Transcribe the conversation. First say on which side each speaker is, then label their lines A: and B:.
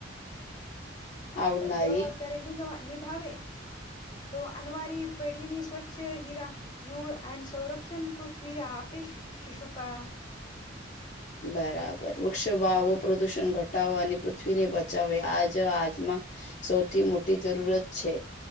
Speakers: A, on the left (about 40°); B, on the left (about 20°).
A: આવનારી
B: જવાબદારી નિગવ નિભાવ તો અનવારી પેઢીની સ્વચ્છ હીરા યુ એ સંરક્ષણ પૃથ્વી આપી શુંકા
A: બરાબર વૃક્ષ વાવો પ્રદુષણ ઘટાવે અને પૃથ્વીને બચાવે આજ આજમાં સૌથી મોટી જરૂરત છે.